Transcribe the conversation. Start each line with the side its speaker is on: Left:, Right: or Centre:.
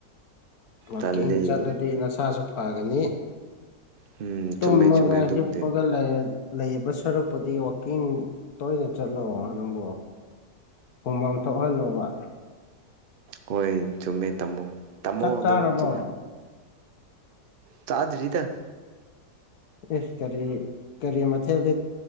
Left: ꯋꯥꯀꯤꯡ
Right: ꯇꯜꯂꯦ
Left: ꯆꯠꯂꯗꯤ ꯅꯁꯥꯁꯨ ꯐꯒꯅꯤ
Right: ꯎꯝ
Left: ꯇꯨꯝꯃꯒ
Right: ꯆꯨꯝꯃꯦ ꯆꯨꯝꯃꯦ ꯑꯗꯨꯕꯨꯗꯤ
Left: ꯍꯤꯞꯄꯒ ꯂꯩꯔꯗꯤ ꯂꯩꯕ ꯁꯔꯨꯛꯄꯨꯗꯤ ꯋꯥꯛꯀꯤꯡ ꯇꯣꯏꯅ ꯆꯠꯂꯣ ꯅꯪꯕꯨ ꯍꯨꯃꯥꯡ ꯊꯣꯛꯍꯜꯂꯣꯕ
Right: ꯍꯣꯏ ꯆꯨꯝꯃꯦ ꯇꯝꯃꯣ ꯇꯝꯃꯣ
Left: ꯆꯥꯛ
Right: ꯑꯗꯣ
Left: ꯆꯥꯔꯕꯣ
Right: ꯆꯨꯝꯃꯦ ꯆꯥꯗ꯭ꯔꯤꯗ
Left: ꯑꯦ ꯀꯔꯤ ꯀꯔꯤ ꯃꯊꯦꯜꯗꯤ